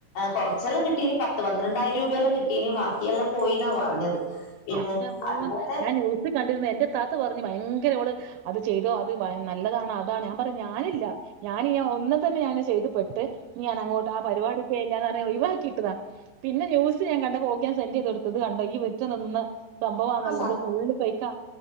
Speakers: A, on the left; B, on the right.
A: കൊറ്ച്ചെല്ലാം കിട്ടീ നി പത്ത് പന്ത്രണ്ടായിരം രൂപ എല്ലാം കിട്ടീനി. ഇനി ബാക്കി എല്ലാം പോയിന്നാ പറഞ്ഞത്. പിന്നെ
B: എന്റെ അമ്മോ!
A: അതുപോലെ
B: ഞാൻ ന്യൂസ് കണ്ടിരുന്നു. എന്റെ ഇതാത്ത പറഞ്ഞു ഭയങ്കര ഓള്. അത് ചെയ്തോ അത് വാ നല്ലതാണ്. അതാണ് ഞാൻ പറഞ്ഞു ഞാനില്ല. ഞാൻ ഇനി ഒന്ന് തന്നെ ഞാൻ ചെയ്ത് പെട്ട് ഞാൻ അങ്ങോട്ട് ആ പരിപാടി വേണ്ടാന്ന് പറഞ്ഞ് ഞാൻ ഒയിവാക്കി വിട്ടതാ പിന്നെ ന്യൂസ് ഞാൻ കണ്ട് ഓക്ക് ഞാൻ സെന്റ് ചെയ്ത് കൊടുത്തു ഇത് കണ്ടോ ഈ വ് ഒറ്റ നിന്ന് സംഭവ നല്ലത്
A: സ
B: ഫുള്ള് ഫേക്കാ